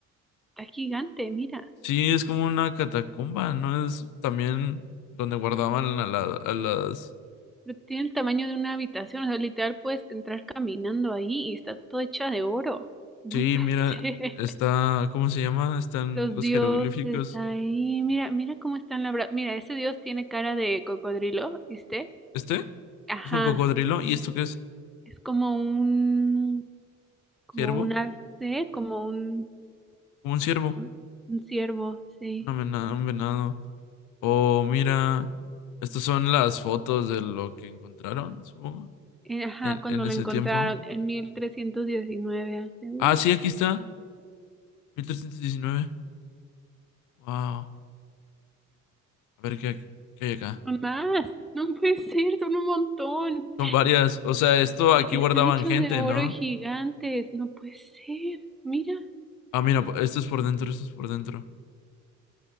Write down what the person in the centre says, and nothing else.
Está gigante, mira.
Pero tiene el tamaño de una habitación. O sea, literal puedes entrar caminando ahí y está todo hecha de oro. No
puede
<laughs> ser.
Los
dioses
ahí. Mira, mira cómo están labrados. Mira, ese dios tiene cara de cocodrilo, ¿viste?
Ajá.
Es como un... Como
un alce, como un...
Un un ciervo, sí.
Eh, Ajá,
cuando
lo
encontraron
en 1319 hace un,
un más. No puede ser, son un montón.
Eh,
Están hechos
de oro
y gigantes. No puede ser. Mira.